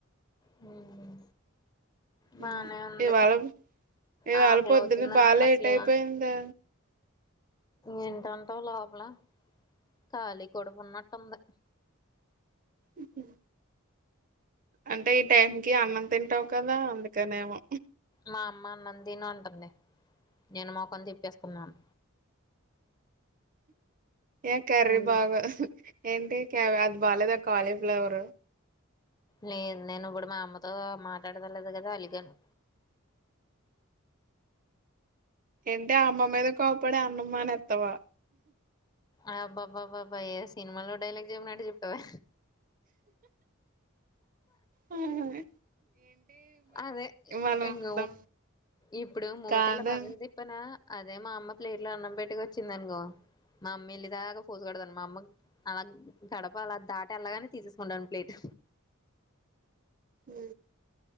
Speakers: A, on the left (about 20°); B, on the right (about 40°).
A: హ్మ్ బానే
B: ఉమ్.
A: ఉంది
B: ఇవాళ ఇవాళ
A: ఆకలి
B: పొద్దున్న
A: అవుతుంది
B: బాగా
A: నాకు
B: లేట్
A: అసల
B: అయిపోయిందా
A: ఏంటంటావ్ లోప ఖాళీకడపు ఉన్నట్టుంది
B: ఊహు అంటే ఈ టైం కి అన్నం తింటావు కదా అందుకనేమో
A: మా అమ్మ అన్న తిను అంటంది నేను మొఖం తిప్పేసుకున్నాను.
B: ఏ కర్రీ
A: ఊమ్
B: బాగా ఏంటి అది బాలేదా కాలీఫ్లవర్
A: లేదు నేను ఇప్పుడు మా అమ్మతో మాట్లాడదలేదు కదా అలిగాను
B: ఏంటి ఆ అమ్మ మీద కోపాడ అన్నం మానేస్తావ్ తవా
A: ఆబ్బాబాబ్బాబ్బా ఏ సినిమాలో డైలాగ్ చెప్పినట్ట చెప్పవే
B: అవు
A: అదే
B: మన
A: ఇంగ
B: ఊర్లో
A: ఇప్పుడు ముతేల
B: కాదు
A: పాకలే తిపాన అదే మా అమ్మ ప్లేట్ లో అన్నం పెట్టుకు వచ్చిందనుకో మా అమ్మ ఇలిదాకా పోసుగడదాన్న మా అమ్మ అలా గడప అలా దాటి అలాగానే తీసేసుకుంటను ప్లేట్
B: ఉ